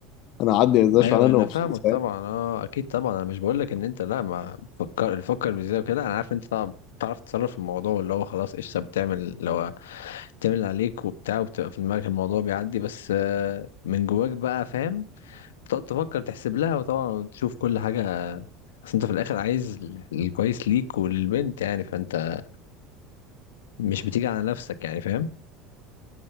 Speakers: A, on the left; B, on the left.
A: انا هعدي بس ده مش
B: ايوه
A: معناه ان
B: انا
A: انا مبسوط
B: فاهمك طبعا اه اكيد طبعا انا مش بقول لك ان انت لا ما بتفكر تفكر بزياده وكده انا عارف انت طبعا بتعرف تتصرف في الموضوع اللي هو خلاص قشطه بتعمل اللي هو بتعمل اللي عليك وبتاع وبتبقى في دماغك الموضوع بيعدي بس آه، من جواك بقى فاهم تقعد تفكر تحسب لها وطبعا تشوف كل حاجه اصل انت في الاخر عايز ال- الكويس ليك وللبنت يعني فانت مش بتيجي على نفسك يعني فاهم